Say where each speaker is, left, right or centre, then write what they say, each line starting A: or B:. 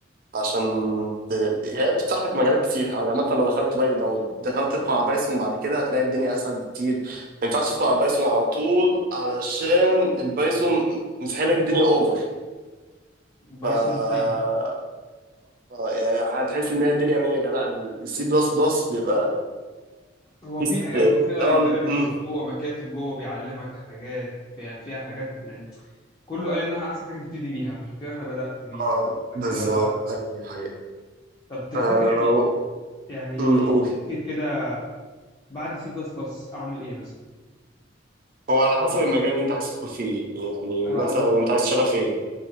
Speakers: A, on the right; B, on the left.
A: عشان ت- هي بتفتح لك مجالات كتير يعني عامة لو دخلت باي لو دخلت تدخل على بايثون بعد كده هتلاقي الدنيا أسهل بكتير ما ينفعش تدخل على بايثون على طول علشان البايثون مسحيل لك الدنيا اوفر
B: البايثون
A: ف اه
B: سهل
A: يعني هتحس ان هي الدنيا يعني لا السي بلس بلس بيبقى
B: هو
A: في
B: في
A: است-
B: حاجات جو في لايبريريز
A: الأول امم
B: جوه مكاتب جوه بيعلمك حاجات فيها فيها حاجات يعني كله قال إنها أحسن حاجة تبتدي بيها عشان كده أنا بدأت بيها
A: اه
B: وبعد
A: بالظبط
B: كده بقى
A: هي
B: طب تفتكر
A: آه،
B: يعني يعني
A: أمم، قول
B: تفتكر كده بعد سي بلس بلس أعمل إيه مثلا؟
A: هو على حسب المجال اللي انت عايز تدخل فيه يعني
B: أقول
A: مثلا انت عايز تشتغل في ايه